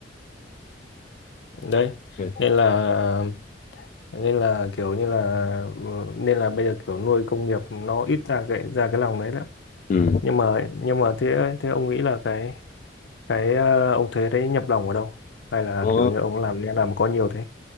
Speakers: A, on the left; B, on the left.
A: đấy
B: Ok.
A: nên là nên là kiểu như là ừ, nên là bây giờ kiểu nuôi công nghiệp nó ít ra cái ra cái lòng đấy lắm
B: ừ
A: nhưng mà nhưng mà thế thế ông nghĩ là cái cái ờ, ông thế đấy nhập lòng ở đâu hay là
B: Ờ,
A: kiểu như ông làm làm có nhiều thế